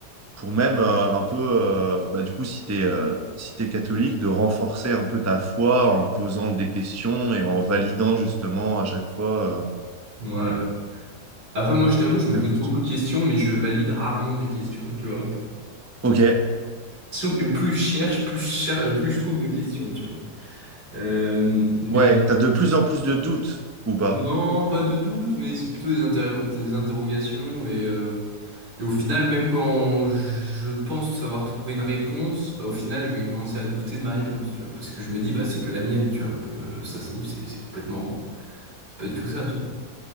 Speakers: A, on the right; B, on the right.
A: pour même euh, un peu, euh, bah, du coup, si t'es euh, si t'es catholique, de renforcer un peu ta foi en posant des questions et en validant justement à chaque fois.
B: Ouais. Après, moi, je t'avoue, je me
A: euh,
B: pose
A: réponse.
B: beaucoup de questions, mais je valide rarement mes questions, tu vois.
A: Ok,
B: Sauf que plus je cherche, plus je cher- euh, plus je trouve de questions, tu vois. Euh, mais
A: ouais, t'as de plus en plus de doutes ou pas?
B: non, pas de doute, mais c'est plutôt des, inter- des interrogations. Et, euh, et au final, même quand je pense savoir trouver une réponse, bah, au final, je vais commencer à douter de ma réponse, tu vois. Parce que je me dis, bah, c'est que la mienne, tu vois. Euh, ça se trouve, c'est c'est complètement... C'est pas du tout ça, tu vois.